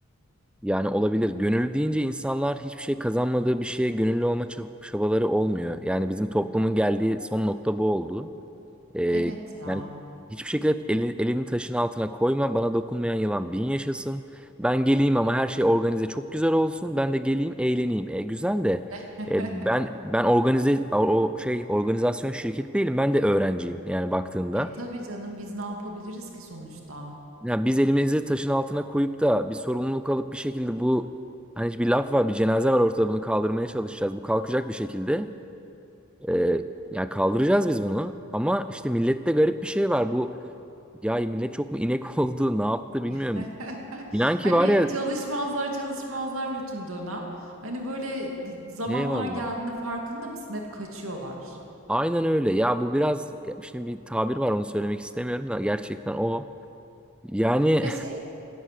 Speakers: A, in the centre; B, on the right.
A: Yani olabilir. Gönüllü deyince insanlar hiçbir şey kazanmadığı bir şeye gönüllü olma çab- çabaları olmuyor. Yani bizim toplumun geldiği son nokta bu oldu. Ee,
B: Evet ya.
A: yani hiçbir şekilde eli- elini taşın altına koyma, bana dokunmayan yılan bin yaşasın. Ben geleyim ama her şey organize çok güzel olsun. Ben de geleyim eğleneyim. E, güzel de
B: <laughs>
A: e, ben ben organize o o şey organizasyon şirketi değilim. Ben de öğrenciyim yani baktığında.
B: E tabii canım biz ne yapabiliriz ki sonuçta?
A: Yani biz elimizi taşın altına koyup da bir sorumluluk alıp bir şekilde bu hani bir laf var bir cenaze var ortada bunu kaldırmaya çalışacağız. Bu kalkacak bir şekilde. Ee, yani kaldıracağız biz bunu. Ama işte millette garip bir şey var. Bu ya millet çok mu inek <laughs> oldu ne yaptı
B: <laughs>
A: bilmiyorum. İnan ki
B: Hani
A: var ya
B: çalışmazlar çalışmazlar bütün dönem. Hani böyle zamanlar
A: eyvallah.
B: geldiğinde farkında mısın? Hep kaçıyorlar.
A: Aynen öyle. Ya bu biraz şimdi bir tabir var onu söylemek istemiyorum da gerçekten o. Yani
B: Ve şey